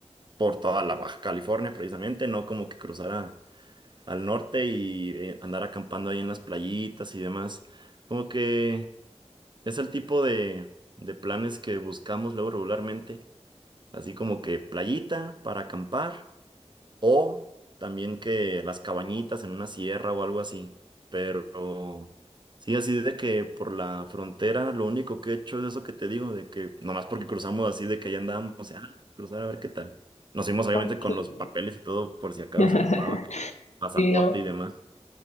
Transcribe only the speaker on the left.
ok.
<laughs>
Sí, no.